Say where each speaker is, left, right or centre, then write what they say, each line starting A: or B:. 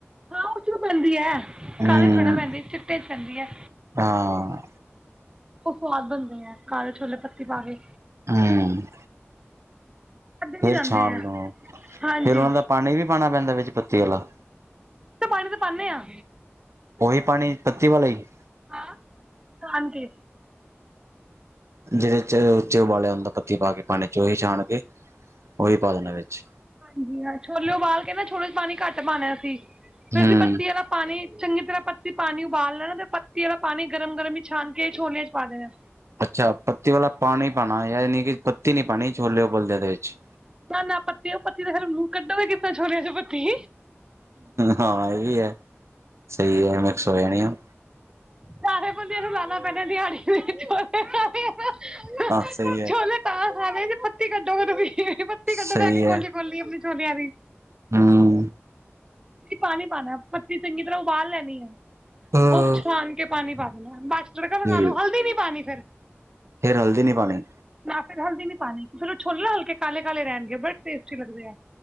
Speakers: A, on the right (about 20°); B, on the right (about 75°).
A: ਹਾਂ ਉਹ ਚ ਹੀ ਤਾਂ ਪੈਂਦੀ ਹੈ,
B: ਹਮ
A: ਕਾਲੇ ਥੋਣੀ ਨਾ ਪੈਂਦੀ ਚਿੱਟੇ ਚ ਪੈਂਦੀ ਹੈ।
B: ਹਾਂ
A: ਉਹ ਸਵਾਦ ਬਣਦੇ ਹੈ, ਕਾਲੇ ਛੋਲੇ ਪੱਤੀ ਪਾ ਕੇ।
B: ਹੂੰ।
A: ਅੱਧੇ ਵੀ
B: ਫੇਰ
A: ਜਾਂਦੇ
B: ਛਣ
A: ਆ
B: ਨੂੰ
A: ਹਾਂਜੀ
B: ਫੇਰ ਉਹਨਾ ਦਾ ਪਾਣੀ ਵੀ ਪਾਉਣਾ ਪੈਂਦਾ ਵਿੱਚ ਪੱਤੀ ਵਾਲਾ।
A: ਹਾਂ, ਪਾਣੀ ਤੇ ਪਾਉਦੇ ਹਾਂ।
B: ਉਹੀ ਪਾਣੀ, ਪੱਤੀ ਵਾਲਾ ਹੀ।
A: ਹਾਂ! ਹਾਂਜੀ।
B: ਜਿਹਦੇ ਚ ਉੱਚੇ ਉਬਾਲਿਆ ਹੁੰਦਾ, ਪੱਤੀ ਪਾ ਕੇ ਪਾਣੀ ਚ ਉਹੀ ਛਾਣ ਕੇ। ਉਹੀ ਪਾ ਦੇਣਾ ਵਿੱਚ।
A: ਹਾਂਜੀ ਹਾਂ, ਛੋਲੇ ਉਬਾਲ ਕੇ ਨਾ ਛੋਲੇ ਚ ਪਾਣੀ ਘੱਟ ਪਾਉਣਾ ਸੀ, ਫੇਰ
B: ਹਮ
A: ਅਸੀਂ ਪੱਤੀਆਂ ਦਾ ਪਾਣੀ ਚੰਗੀ ਤਰਾਂ ਪੱਤੀ ਪਾਣੀ ਉਬਾਲ ਲੈਣਾ ਤੇ ਪੱਤੀ ਵਾਲਾ ਪਾਣੀ ਗਰਮ- ਗਰਮ ਹੀ ਛਾਣ ਕੇ ਛੋਲਿਆਂ ਚ ਪਾ ਦੇਣਾ।
B: ਅੱਛਾ ਪੱਤੀ ਵਾਲਾ ਪਾਣੀ ਪਾਉਣਾ ਯਾਨੀ ਕਿ ਪੱਤੀ ਨੀ ਪਾਣੀ ਛੋਲੇ ਉਬਲਦੇ ਦੇ ਵਿੱਚ।
A: ਨਾ ਨਾ ਪੱਤੀ ਦੇ ਮੂੰਹ ਚ ਫਿਰ ਕੱਢੋਗੇ ਕਿੱਦਾਂ ਛੋਲਿਆਂ ਚੋਂ ਪੱਤੀ।
B: ਹਾਂ ਇਹ ਵੀ ਹੈ ਸਹੀ ਹੈ ਮਿੱਕਸ ਹੋ ਜਾਣੀਆ।
A: ਵੈਸੇ ਬੰਦਿਆਂ ਨੂੰ ਲਾਉਣਾ ਪੈਣਾ ਦਿਹਾੜੀ ਜੇ ਛੋਲੇ ਖਾਣੇ ਆ ਤੇ।
B: ਸਹੀ ਹੈ
A: ਛੋਲੇ ਤਾਂ ਖਾਣੇ ਨੇ ਜੇ ਪੱਤੀ ਕੱਢੋਗੇ ਪੱਤੀ
B: ਸਹੀ
A: ਕੱਢੋਗੇ ਬੈਠਕੇ
B: ਹੈ
A: ਕੋਲੀ। ਕੋਲੀ ਆਪਣੀ ਛੋਲਿਆਂ ਦੀ।
B: ਹਮ
A: ਪਾਣੀ ਪਾਣਾ ਪੱਤੀ ਚੰਗੀ ਤਰ੍ਹਾਂ ਉਬਾਲ ਲੈਣੀ ਹੈ।
B: ਹਾਂ
A: ਉਹ ਛਾਣ ਕੇ ਪਾਣੀ ਪਾ ਦੇਣਾ ਬਸ ਤੜਕਾ ਲਗਾ
B: ਤੇ
A: ਲਉ ਹਲਦੀ ਨੀ ਪਾਣੀ ਫਿਰ।
B: ਫਿਰ ਹਲਦੀ ਨਹੀਂ ਪਾਉਣੀ।
A: ਨਾ ਫਿਰ ਹਲਦੀ ਨੀ ਪਾਣੀ ਫਿਰ ਉਹ ਛੋਲੇ ਨਾ ਹਲਕੇ ਕਾਲੇ ਕਾਲੇ ਰਹਿਣਗੇ ਬੜੇ ਟੇਸਟੀ ਬਣਦੇ ਆ।